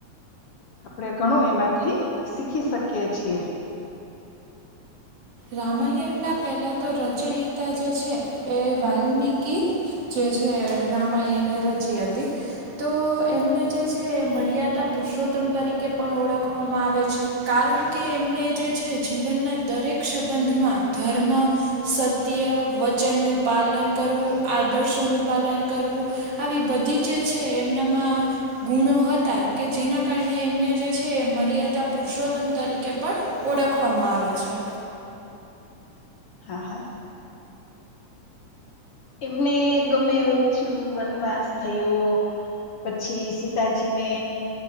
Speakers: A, on the left; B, on the right.
A: આપણેે ઘણું એમાંથી શીખી શકીએ છીએ
B: રામાયણના પહેલા તો રચયિતા જે છે એ વાલ્મકી જે છે રામાયણે રચી હતી તો એમને જે છે મર્યાદા પુરષોત્તમ તરીકે પણ ઓળખવામાં આવે છે કારણ કે એમણે જે છે જીવનના દરેક સંબંધમાં ધર્મ સત્ય વચન નું પાલન કરવું આદર્શોનું પાલન કરવું આવી બધી જે છે એમનામાં ગુણો હતા કે જેના કારણે એમને જે છે એ મર્યાદા પુરુષોત્તમ તરીકે પણ ઓળખવામાં આવે છે
A: હા હા એમને ગમે એવું થયું વનવાસ થયો પછી સીતાજીને